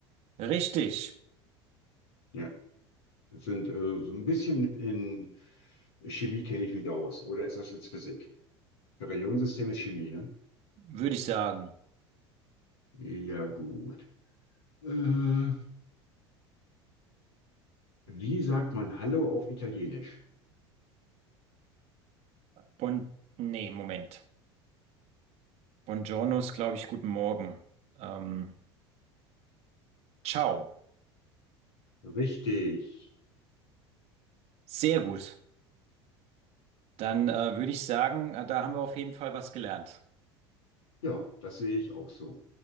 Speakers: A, on the right (about 45°); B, on the left (about 65°).
A: Richtig,
B: Ja. Das sind äh, so ein bisschen in Chemie kenne ich mich aus. Oder ist das jetzt Physik? Periodensystem ist Chemie, ne?
A: würde ich sagen.
B: Ja, gut. Äh, wie sagt man Hallo auf Italienisch?
A: Bon, nee, Moment. Buongiorno ist, glaube ich, guten Morgen. Ähm, ciao.
B: Richtig.
A: Sehr gut. Dann äh, würde ich sagen, äh, da haben wir auf jeden Fall was gelernt.
B: Ja, das sehe ich auch so.